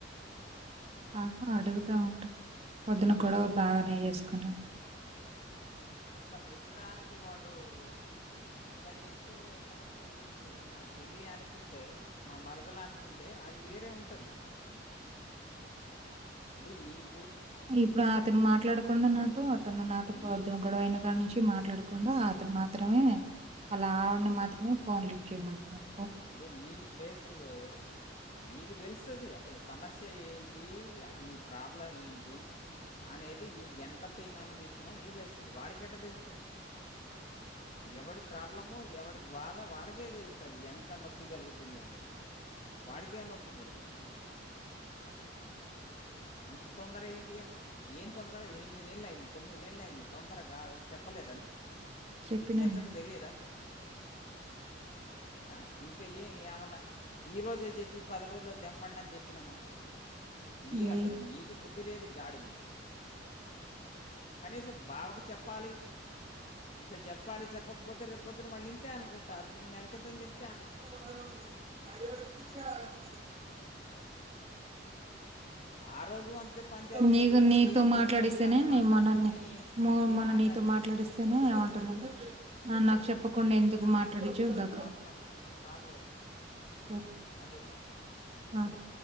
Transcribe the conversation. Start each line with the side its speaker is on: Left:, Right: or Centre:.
Right: ఆహా అడుగుతా ఉండు వద్దునం కూడా బానే చేసుకున్నా
Left: అట్లా ప్రతిదానికి వాళ్ళు నువ్ ఇట్లా చేస్తే ఎట్లా కురుతది ఇప్పుడు నా చెల్లి అనుకుంటే మా మరదలు అనుకుంటే అది వేరే ఉంటది ఇప్పుడు నీక్
Right: ఇప్పుడు అతను మాట్లాడకుండా
Left: ఇప్పుడు
Right: నాతో అతను నాతో
Left: నీ
Right: పొద్దున గొడవ అయిన కాడ నుంచి మాట్లాడక్ కుండా అతను మాత్రమే వళ్ళావిడిని మాత్రమే ఫోన్ లిఫ్ చేయమంట్ న్నాడు
Left: ఇప్పుడు నీ ప్లేస్లో నీకు తెలుస్తుంది అసలు సమస్య ఏంటి అసలు నీ ప్రాబ్లం ఏంటి అనేది నీకు ఎంత పెయిన్ అనిపిస్తున్నాో నీ తెలుస్తుంది వాడికెట్ట తెలుస్తుంది ఎవడి ప్రాబ్లమ ఎవడి బాధ వాడకే తెలుస్తుంది ఎం త నొప్పి కలుగుతుంది అనేది వాడికే నొప్పి పుడుతుంది ఇంత తొందర ఏంటి అంటే ఏం తొందర ఎనిమిది నెలలు అయింది తొమ్మిది నెలు అయింది తొందర కాద చెప్పలేద ను
Right: చెప్పినా
Left: మీ అక్కకు
Right: నేను.
Left: తెలిదా ఆ ఇంకా ఏమి ఏమన్నా ఈరోోజే చెప్పి పది రోజులు దెంపండి అని చెప్పినామా నీ
Right: లే
Left: అసలు నీకు బుద్ది లే గాడిది కనీసం బావకు చెప్పాలి ఇంత చెప్పాలి చెప్పకపోతే రేప్ పొద్దున్నే వాళ్ళు ఇంతే అనుకుంటారు నువ్వు నెల క్రితం చెప్
Right: య
Left: ఆ రోజు అంతే పంచాయతీలో
Right: నీకు
Left: కూర్చొని
Right: నీతో
Left: ఏం ముూగి
Right: మాట్లాడిస్తేనే
Left: మద్దులాగా
Right: నే
Left: మాట్లాడుకొని
Right: మొన్ననే మొ
Left: ఏం
Right: మొన్న
Left: మాట్లాడుకునిన్నావు
Right: నీతో మాట్లాడిస్తేనే ఏమంటుందంటే, "ఆ! నాకు చెప్పకుండా
Left: పన్నెండు
Right: ఎందుకు
Left: నిమిషాలు
Right: మాట్లాడిచ్చావు"
Left: అయిపోయింది
Right: దగ్గర
Left: తర్వాత మళ్ళీ ఇంకొ కాల్ చేస్తా
Right: సరే
Left: మళ్ళీ ఎత్తు
Right: ఆ!
Left: ఇప్పుడే